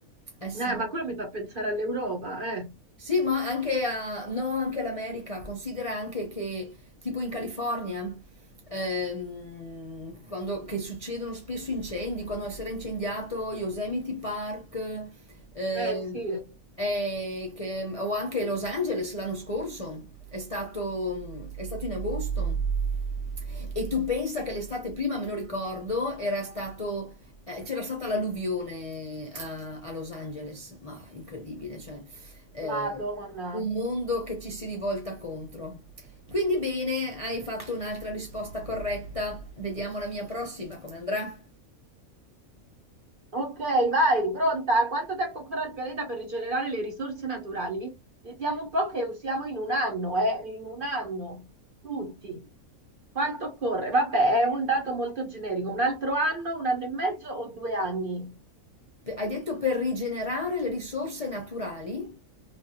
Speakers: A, on the left; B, on the right.
A: Eh sì.
B: Eh, ma quello mi fa pensare all'Europa, eh.
A: Sì, ma anche, a, no, anche all'America, considera anche che tipo in California, ehm, quando, che succedono spesso incendi, quando si era incendiato Yosemite Park, ehm,
B: Eh sì,
A: e che- o anche Los Angeles l'anno scorso, è stato, è stato in agosto. E tu pensa che l'estate prima, me lo ricordo, era stato, eh, c'era stata l'alluvione a, a Los Angeles, ma incredibile, cioè eh,
B: Madonna.
A: un mondo che ci si rivolta contro. Quindi bene, hai fatto un'altra risposta corretta. Vediamo la mia prossima come andrà.
B: Ok, vai, pronta? Quanto tempo occorre al pianeta per rigenerare le risorse naturali? Vediamo un po' che usiamo in un anno, eh? In un anno, tutti. Quanto occorre? Vabbè, è un dato molto generico. Un altro anno, un anno e mezzo o due anni?
A: Pe- Hai detto per rigenerare le risorse naturali